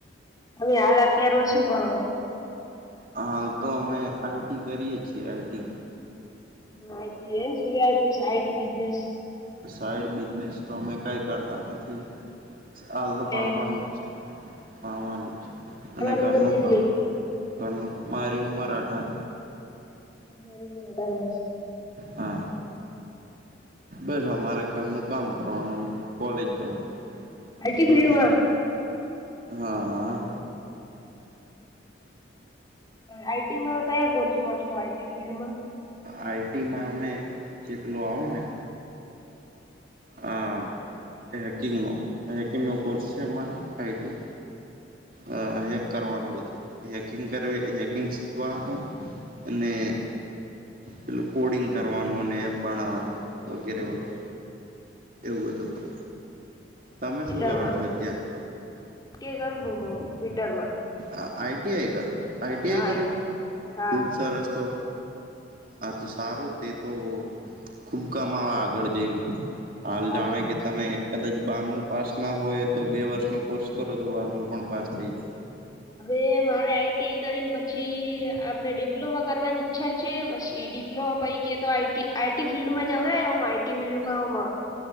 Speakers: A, on the left (about 20°); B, on the right (about 45°).
A: હવે હાલ અત્યારમાં શું કરો.
B: હાલ તો અમે આઈટી કરીએે છીએ આઈટી.
A: હમ, આઇ ટી એમ એને સિવાય કોઈ સાઈડ બિઝનેસ.
B: સાઈડ બિઝનેસ તો અમે કઈ કરતા નથી હાલ
A: એટલે
B: તો ભણવાનું જ છે. ખાવાનું
A: તમારી
B: અને ઘરનું
A: ઉંમર કેટલી
B: કામ. ઘરનું મારી ઉંમર અઢાર
A: મારી પણ અઢાર વર્ષ
B: હા, બસ અમારે કામનું કામ કરવાનું કોલેજ જવાનું.
A: IT
B: goods.
A: ફિલ્ડમાં
B: હા આ.
A: હમ. આઈટીમાં કયા કોર્સમાં છો આઈટી ફિલ્ડમાં.
B: આઈટીમાં અમે ચીપલો આવે ને. આ હેકિંગનો હેકિંગનો કોર્સ છે અમારે આઈટી અ હેક કરવાનું બધું હેકિંગ કર હેકિંગ શીખવાનું અને પેલું કોડિંગ કરવાનું અને એપ બણાવાની વગેરે -વગેરે. એવું બધું કર. તમે
A: ફીટરમાં
B: શું કરો છો અત્ય્યારે.
A: કે કરું હોમ -હોમ હીટરમાં.
B: હ, આઇ ટી આઇ કરો આઈટીઆઈ
A: આઈટી
B: કરો, આઈ
A: હા
B: ખૂબ સરસ તો. હા તો સારું તે તો ખુબ કામવા આગળ જઈને હાલ
A: હા
B: જાણે
A: બઉ
B: કે તમે કદાચ બારમું પાસ ના હોય તો બે વર્ષનો કોર્સ કરો તો બારમું પણ પાસ થઈ જાય.
A: હવે મારે આઈટીઆઈ કરીને પછી આપડે ડિપ્લોમા કરવાની ઈચ્છા છે પછી ડિપ્લોમા પૈકી તો આઈટી આઈટી ફિલ્ડમાં જવાય ઓમ આઈ ફિલ્ડમાંમાં